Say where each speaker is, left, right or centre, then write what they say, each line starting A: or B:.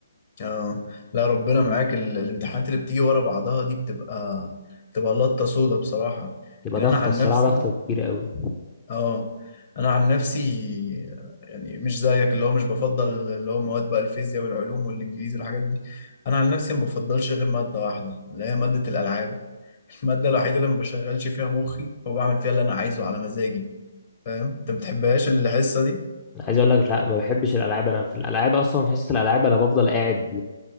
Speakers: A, on the left (about 40°); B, on the left (about 20°).
A: اه لا ربنا معاك ال... الامتحانات اللي بتيجي ورا بعضها دي بتبقى بتبقى لطة سودا بصراحة
B: تبقى
A: يعني
B: ضغطه
A: انا عن
B: الصراحه
A: نفسي
B: ضغطه كبيره قوي
A: اه انا عن نفسي يعني مش زيك اللي هو مش بفضل اللي هو مواد بقى الفيزياء والعلوم والانجليزي والحاجات دي انا عن نفسي ما بفضلش غير ماده واحده اللي هي ماده الالعاب <laughs> الماده الوحيده اللي ما بشغلش فيها مخي وبعمل فيها اللي انا عايزه على مزاجي فاهم انت ما بتحبهاش الحصه دي
B: انا عايز اقول لك لا ما بحبش الالعاب انا في الالعاب اصلا في حصه الالعاب انا بفضل قاعد